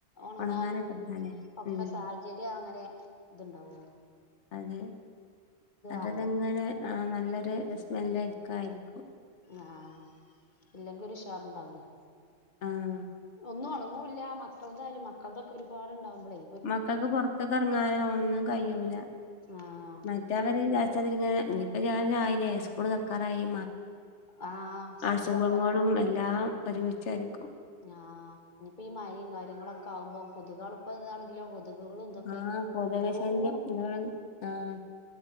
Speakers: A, on the left; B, on the left.
A: ഒണങ്ങാനും
B: ഉണങ്ങാനൊക്കെ എടുക്കാല്ലേ
A: ഒക്കെ
B: ഉം
A: സാഹചര്യം അങ്ങനെ ഇതുണ്ടാവുള്ളൂ
B: അതെ അതതെങ്ങനെ
A: ആവണം
B: ആ നല്ലൊരു സ്മെല്ലൊക്കായിരിക്കും
A: ആഹ് ഇല്ലെങ്കിൽ ഒരുഷാറുണ്ടാവൂല
B: ആഹ്
A: ഒന്നും ഉണങ്ങൂല്ല മക്കളതായാലും മക്കളതൊക്കെ ഒരുപാട്ണ്ടാവുമ്പോളേ
B: മക്കക്ക് പൊറത്തക്കെറങ്ങാനോ ഒന്നും കയ്യൂല
A: ആഹ്
B: മറ്റെ അവർ വിജാരിച്ചാരിങ്ങനെ ഇനിപ്പ ആയീലെ സ്കൂള് തൊർക്കാറായി
A: ആഹ് സ്കൂള്
B: അസുഖങ്ങളും
A: തൊറക്കാനായി
B: എല്ലാം ഒരുമിച്ചായിരിക്കും
A: ആഹ് ഇനിയിപ്പോ ഈ മയേം കാര്യങ്ങളൊക്കെ ആവുമ്പോ കൊതുകൾ ഇപ്പ ഇതാണെങ്കിലോ കൊതുകുകളും ഇതൊക്കെ
B: ആഹ് കൊതുക്
A: നല്ലോണം
B: ശല്യം ആഹ്